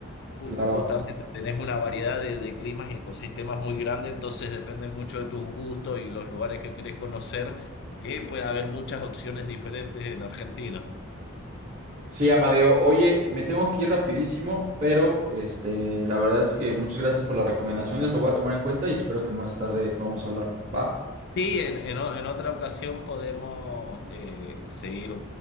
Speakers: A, on the left (about 50°); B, on the right (about 30°).
A: Ju-
B: Claro.
A: Justamente tenés una variedad de, de climas y ecosistemas muy grande, entonces depende mucho de tus gustos y los lugares que querés conocer, que puede haber muchas opciones diferentes en Argentina.
B: Sí, Amadeo, oye, me tengo que ir rapidísimo, pero este, la verdad es que muchas gracias por las recomendaciones, lo voy a tomar en cuenta y espero que más tarde podamos hablar, ¿va?
A: Sí, en, en o- en otra ocasión podemos eh, seguir